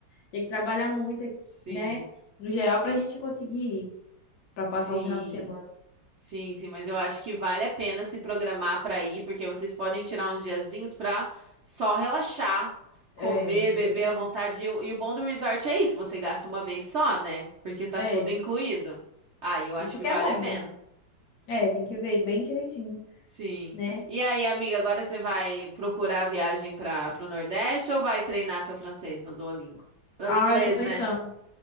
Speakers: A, on the left; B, on the right.
A: Tem que trabalhar muito,
B: Sim.
A: né? No geral, pra gente conseguir ir, pra passar
B: Sim,
A: um final de semana.
B: sim, sim, mas eu acho que vale a pena se programar para ir, porque vocês podem tirar uns diazinhos para só relaxar, comer,
A: É, isso
B: beber
A: é verdade.
B: à vontade. E, o e o bom do resort é isso, você gasta uma vez só, né? Porque tá
A: É,
B: tudo incluído. Aí eu acho
A: isso
B: que
A: que
B: vale
A: é bom,
B: a pena.
A: né? É, tem que ver bem direitinho,
B: Sim.
A: né?
B: E aí, amiga, agora você vai procurar a viagem para o Nordeste ou vai treinar seu francês no Duolingo? No
A: Ah,
B: inglês,
A: eu tô pensando.
B: né?